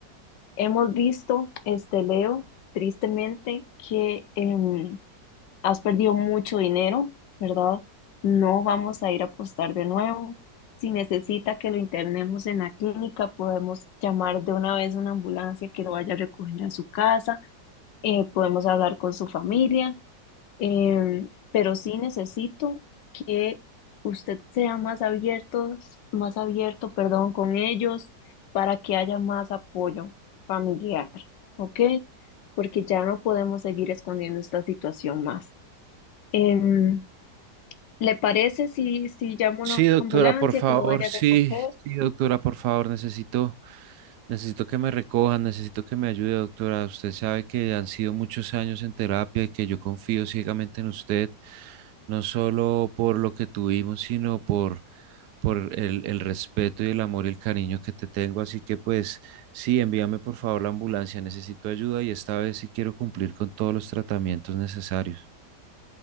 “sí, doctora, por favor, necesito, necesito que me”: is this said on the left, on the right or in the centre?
Right